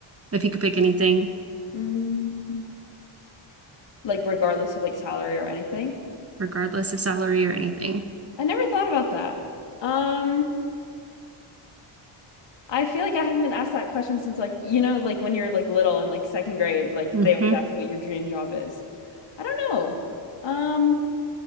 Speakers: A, on the right (about 30°); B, on the left (about 60°).
A: If you could pick anything,
B: Mm, like regardless of like salary or anything.
A: regardless of salary or anything.
B: I never thought about that. Um, I feel like I haven't been asked that question since like, you know, like when you're like little and like second grade, like
A: hmm
B: they always ask what your dream job is. I don't know. Um,